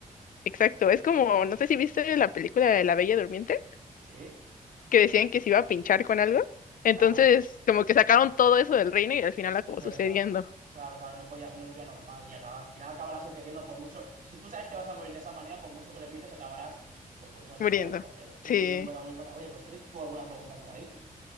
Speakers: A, on the left; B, on the right.
A: Exacto, es como, no sé si viste la película de La Bella Durmiente,
B: Sí,
A: que decían que se iba a pinchar con algo, entonces
B: claro,
A: como que sacaron todo eso del reino y al final
B: es,
A: acabó
B: es verdad.
A: sucediendo,
B: Claro, claro, y no podía, no vivía normal y acaba, al final acabará sucediendo por mucho. Si tú sabes que vas a morir de esa manera, por mucho que le evites, acabarás pues muriendo de esa
A: muriendo.
B: manera. Entonces, sí,
A: Sí.
B: sí, muy buena, muy buena. Oye, pues ¿tienes tú alguna pregunta por ahí?